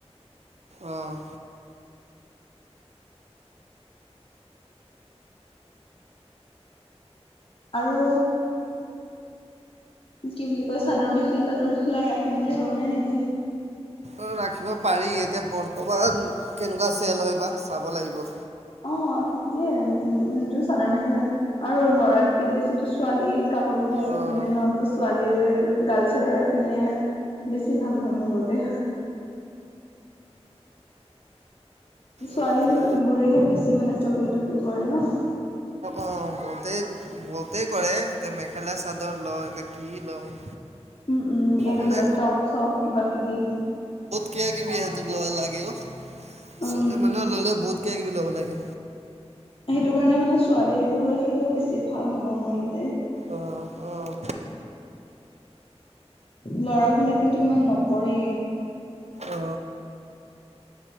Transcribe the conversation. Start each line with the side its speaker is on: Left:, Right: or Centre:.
Right: অহ।
Left: আৰু কি বুলি কয় চাদৰ মেখেলা তাদৰ মেখেলা ৰাখিম বুলি ভাবা নাই নেকি?
Right: অ ৰাখিব পাৰি এতিয়া বৰ্তমান কেনেকুৱা চেল হয় বা চাব লাগিব।
Left: অ ঠিকে সেইটো চাদৰ মেখেলা আৰু লৰাতকে বেছিটো ছোৱালীয়ে কা- কাপোৰ বেছি
Right: অঁ
Left: কিনে ন তো ছোৱালীৰ গাৰ্লছৰ ৰাখিলে বেছি ভাল হয় মোৰ মতে। ছোৱালী
Right: অ'কে
Left: বোৰেহে বেছি মানে চপিং টকিং কৰে ন।
Right: অ বহুতেই বহুতেই কৰে এ মেখেলা চাদৰ লয় নে কি লয়।
Left: উম উম এ
Right: মানে
Left: ধৰি ল টপ চপ কিবা কিবি।
Right: কে কিবি সেত লয় লাগেও
Left: উম
Right: ছোৱালী মানুহ ললে বহুত কিবা কিবি ল'ব লাগে।
Left: সেইটো কাৰণে মানে ছোৱালী বোৰৰ ৰাখিলেও বেছি ভাল হব মোৰ মতে।
Right: অহ অহ।
Left: ল'ৰা বিলাকেতো ইমান নকৰে।
Right: অ